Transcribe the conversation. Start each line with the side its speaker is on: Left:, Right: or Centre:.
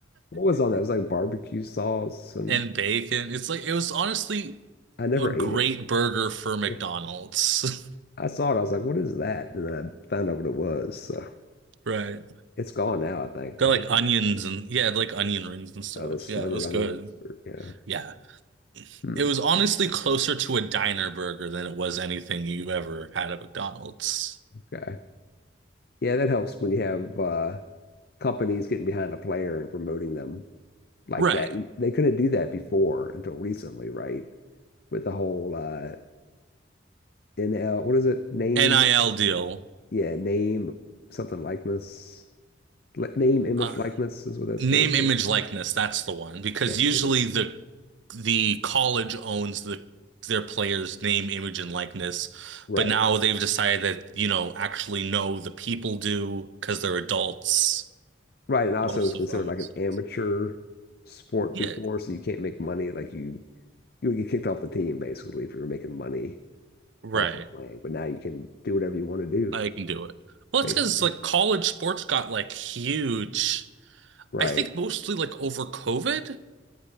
Left: What was on that? It was like barbecue sauce, and
Right: bacon. It's like it was honestly
Left: I never
Right: a great
Left: ate it.
Right: burger for McDonald's.
Left: Yeah.
Right: <laughs>
Left: I saw it. I was like, what is that? And then I found out what it was. So
Right: Right.
Left: it's gone now, I think.
Right: Got
Left: I
Right: like
Left: think
Right: onions and yeah, like onion rings and stuff.
Left: uh, the slivered
Right: Yeah, it was
Left: onions
Right: good.
Left: or yeah.
Right: Yeah.
Left: Hmm.
Right: It was honestly closer to a diner burger than it was anything you ever had at McDonald's.
Left: Okay. Yeah, that helps when you have uh companies getting behind a player and promoting them like
Right: Right.
Left: that. They couldn't do that before until recently, right? With the whole uh NL, what is it? Name,
Right: NIL deal.
Left: yeah, name something likeness. Li- Name, image,
Right: Uh,
Left: likeness is what that
Right: name,
Left: stands for.
Right: image, likeness. That's the one because
Left: Yeah, they
Right: usually
Left: can be
Right: the the college owns the their players' name, image, and likeness.
Left: right.
Right: But now they've decided that, you know, actually no, the people do because they're adults,
Left: Right, and also
Right: most
Left: it was considered
Right: of them.
Left: like
Right: So
Left: an amateur
Right: it's-
Left: sport
Right: yeah,
Left: before, so you can't make money. Like you, you would get kicked off the team basically if you were making money
Right: right.
Left: off of playing. But now you can do whatever you want to do,
Right: I can do it. Well,
Left: basically.
Right: it's because like college sports got like huge.
Left: Right.
Right: I think mostly like over COVID